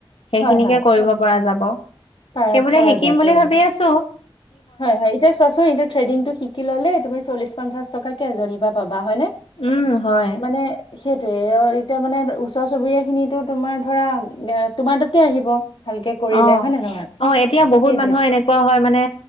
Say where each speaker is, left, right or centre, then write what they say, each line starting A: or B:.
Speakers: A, on the left (about 80°); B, on the left (about 65°).
A: সেইখিনিকে
B: হয় হয়
A: কৰিব পৰা যাব
B: পাৰা
A: সেইবোলিয়ে
B: পৰা
A: শিকিম
B: যায়
A: বুলি
B: পৰা
A: ভাবি
B: যায়
A: আছো
B: হয় হয় এতিয়া চোৱাচোন এতিয়া ঠেদিং শিকিললে তুমি্ চলিছ পঞ্চাশ টকাকে এজনী পৰা পাবা হয়নে
A: উম হয়
B: মানে সেইটোৱেই এতিয়া মানে ওচৰ চুবুৰীয়া খিনি তোমাৰ ধৰা তোমাৰ তাতে আহিব ভালকে কৰিলে
A: অ
B: হয় নে নহয়
A: অ এতিয়া বহুত
B: সেইটোয়ে
A: মানুহৰ এনেকুৱা হয় মানে